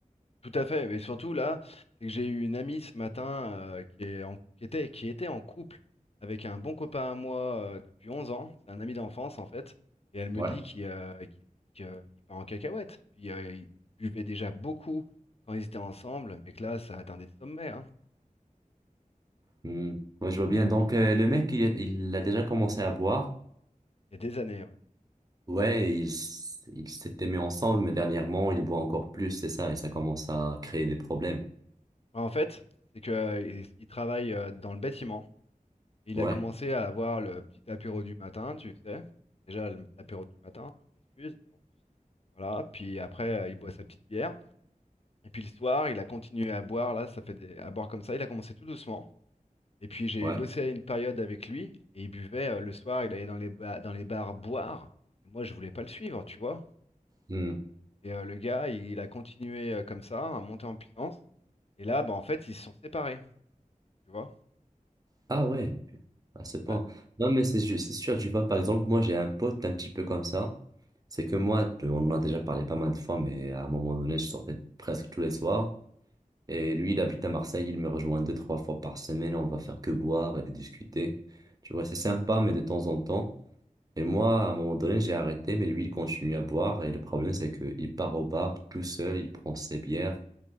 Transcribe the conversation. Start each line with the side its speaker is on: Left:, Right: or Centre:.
Left: Tout à fait, mais surtout là, c'est que j'ai eu une amie ce matin euh, qui est en- qui était, qui était en couple avec un bon copain à moi euh, depuis 11 ans, c'est un ami d'enfance en fait, et elle me
Right: Ouais.
Left: dit qu'il euh, qu'il- que- qu'il part en cacahuète. Puis euh, ils buvaient déjà beaucoup quand ils étaient ensemble, mais que là, ça atteint des sommets, hein.
Right: Hmm. Ouais, je vois bien. Donc, euh, le mec, il, il a déjà commencé à boire.
Left: Il y a des années, ouais.
Right: Ouais, ils il s'étaient mis ensemble, mais dernièrement, il boit encore plus, c'est ça, et ça commence à créer des problèmes.
Left: En fait, c'est qu'ils travaillent euh, dans le bâtiment. Il
Right: Ouais.
Left: a commencé à avoir le petit apéro du matin, tu sais. Déjà, le- l'apéro du matin, tu m'excuses, mais bon. Voilà. Puis après, euh, il boit sa petite bière. Et puis le soir, il a continué à boire, là, ça fait des... à boire comme ça. Il a commencé tout doucement. Et puis j'ai
Right: Ouais.
Left: bossé une période avec lui et il buvait euh, le soir, il allait dans les ba- dans les bars boire. Et moi, je voulais pas le suivre, tu vois.
Right: Hmm.
Left: Et euh, le gars, il, il a continué euh, comme ça, à monter en puissance. Et là, bah, en fait, ils se sont séparés, tu vois.
Right: Ah ouais, à ce point.
Left: Ah,
Right: Non, mais c'est ju- c'est sûr, tu vois, par exemple, moi, j'ai un pote un petit peu comme ça. C'est que moi, tu- on en a déjà parlé pas mal de fois, mais à un moment donné, je sortais presque tous les soirs. Et lui, il habite à Marseille, il me rejoint deux, trois fois par semaine. On va faire que boire et de discuter. Tu vois, c'est sympa, mais de temps en temps. Et moi, à un moment donné, j'ai arrêté, mais lui, il continue à boire. Et le problème, c'est qu'il part au bar tout seul, il prend ses bières,